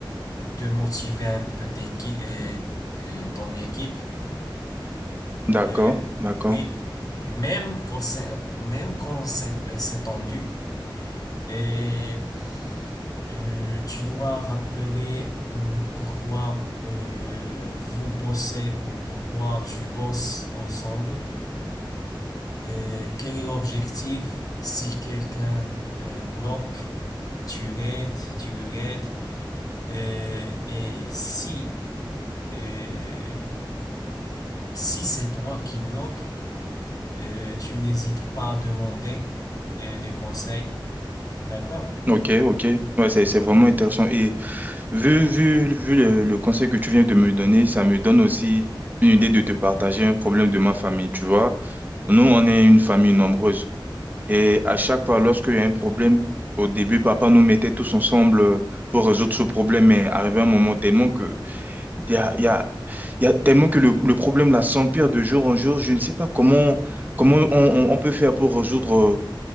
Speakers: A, on the left (about 45°); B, on the right (about 20°).
A: de motiver un peu t'équi- euh, euh, ton équipe.
B: D'accord,
A: Euh,
B: d'accord.
A: oui, même quand c'est, même quand c'est euh, c'est tendu. Et euh, tu dois rappeler hmm, pourquoi euh, vous bossez ou pourquoi tu bosses ensemble. Euh, quel est l'objectif? Si quelqu'un euh, bloque, tu l'aides, tu le l'aides. Euh, et si, euh, si c'est toi qui bloque, euh, tu n'hésites pas à demander euh, des conseils. D'accord?
B: Ok, ok. Ouais, c'est, c'est vraiment intéressant. Et vu, vu, vu le, le conseil que tu viens de me donner, ça me donne aussi une idée de te partager un problème de ma famille, tu vois. Nous, on est une famille nombreuse. Et à chaque fois, lorsqu'il y a un problème, au début, papa nous mettait tous ensemble euh, pour résoudre ce problème. Mais arrivé un moment tellement que, il y a, il y a, il y a tellement que le, le problème là s'empire de jour en jour. Je ne sais pas comment, comment on, on on peut faire pour résoudre euh,